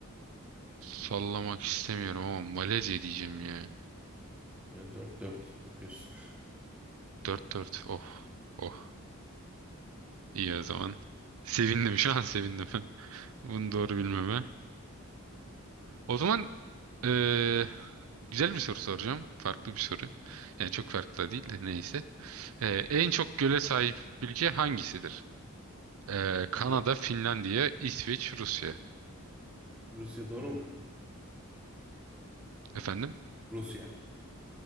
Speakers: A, on the right (about 70°); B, in the centre.
A: sallamak istemiyorum ama Malezya diyeceğim ya.
B: Böyle dört 4 yapıyorsun.
A: Dört dört. Oh, oh. İyi o zaman. Sevindim, şu an sevindim. <laughs> Bunu doğru bilmeme. O zaman Ee, güzel bir soru soracağım. Farklı bir soru. Yani çok farklı da değil de neyse. Ee, en çok göle sahip ülke hangisidir? Ee, Kanada,
B: Ya,
A: Finlandiya, İsveç, Rusya.
B: Rusya doğru mu?
A: Efendim?
B: Rusya.